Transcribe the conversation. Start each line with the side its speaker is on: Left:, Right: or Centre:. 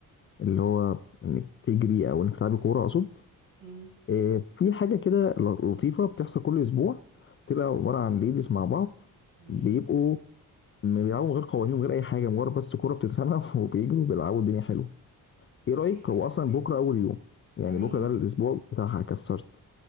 Left: اللي هو انك تجري او انك تلعبي كوره اقصد
Right: امم
Left: آه، في حاجة كده ل- لطيفة بتحصل كل أسبوع بتبقى عبارة عن ليديز مع بعض
Right: تمام
Left: بيبقوا م- بيلعبوا من غير قوانين ومن غير أي حاجة مجرد بس كورة بتترمى <laughs> وبيجروا بيلعبوا الدنيا حلوة إيه رأيك
Right: دي حاجة
Left: هو
Right: كويسة
Left: أصلا بكرة أول يوم يعني
Right: تمام
Left: بكرة ده الأسبوع بتاعها كستارت